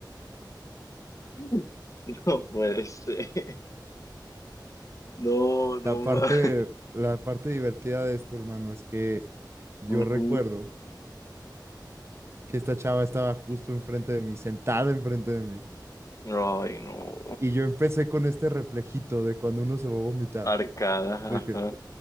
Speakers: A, on the left; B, on the right.
A: <laughs> No puede ser. No, no
B: La parte,
A: más.
B: la parte divertida de esto, hermano, es que yo
A: Ujú.
B: recuerdo que esta chava estaba justo enfrente de mí, sentada enfrente de mí,
A: Ay, no.
B: y yo empecé con este reflejito de cuando uno se va a vomitar,
A: Arcada,
B: de
A: ajá.
B: que